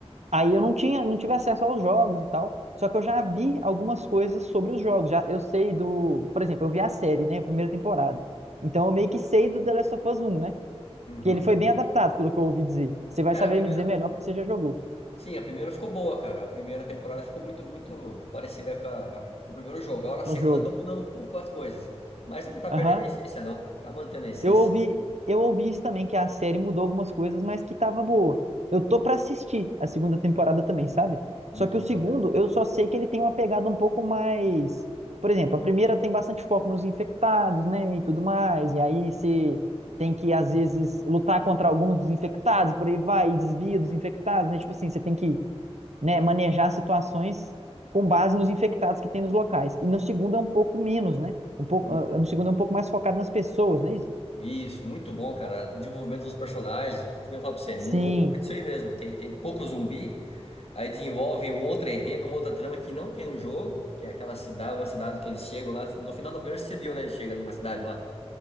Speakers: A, on the right (about 80°); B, on the left (about 65°).
A: aí eu não tinha, não tive acesso aos jogos e tal. Só que eu já vi algumas coisas sobre os jogos. Já, eu sei do, por exemplo, eu vi a série, né? A primeira temporada. Então eu meio que sei do The Last of Us 1, né?
B: Uhum.
A: Que ele foi bem adaptado, pelo que eu ouvi dizer. Você vai
B: Cara,
A: saber
B: a primeira.
A: me dizer melhor porque você já jogou
B: Sim, a primeira ficou boa, cara. A primeira temporada ficou muito, muito parecida com, a- com o primeiro jogo. Agora a segunda
A: o jogo.
B: tá mudando um pouco as coisas. Mas não tá
A: Aham.
B: perdendo a essência, não. Tá mantendo a essência.
A: Eu ouvi, eu ouvi isso também, que a série mudou algumas coisas, mas que tava boa. Eu tô pra assistir a segunda temporada também, sabe?
B: Muito
A: Só que
B: boa,
A: o segundo,
B: cara.
A: eu só sei que ele tem uma pegada um pouco mais. Por exemplo, a primeira tem bastante foco nos infectados, né? E tudo mais. E aí você tem que, às vezes, lutar contra alguns dos infectados, por aí vai, e desvia dos infectados, né? Tipo assim, você tem que né, manejar situações com base nos infectados que tem nos locais. E no segundo é um pouco menos, né? Um pouco,
B: Uhum.
A: ah, no segundo é um pouco mais focado nas pessoas, não é isso?
B: Isso, muito bom, cara. O desenvolvimento dos personagens. O que nem eu falo pra você? Mudou
A: Sim,
B: um pouco disso aí mesmo. Tem, tem pouco zumbi. Aí desenvolve um outro enredo, uma outra trama que não tem no jogo, que é aquela cidade, uma cidade que eles chegam lá. No final da primeira você viu, né? Ele chega numa cidade lá,